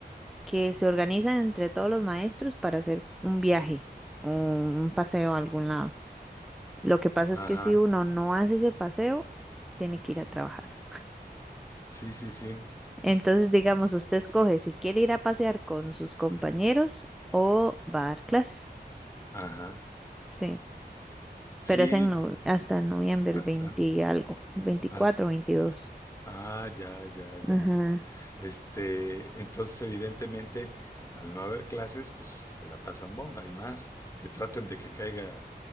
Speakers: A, in the centre; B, on the left.
A: que se organizan entre todos los maestros para hacer un viaje o un paseo a algún lado. Lo que pasa
B: Ajá,
A: es que si uno no hace ese paseo, tiene que ir a trabajar.
B: sí, sí, sí,
A: Entonces, digamos, usted escoge si quiere ir a pasear con sus compañeros o va a dar clases.
B: ajá,
A: Sí,
B: sí,
A: pero es en no- hasta noviembre,
B: hasta,
A: el 20 y algo, 24,
B: hasta,
A: 22.
B: ah, ya, ya, ya.
A: Ajá.
B: Este, entonces, evidentemente, al no haber clases, pues se la pasan bomba y más que traten de que caiga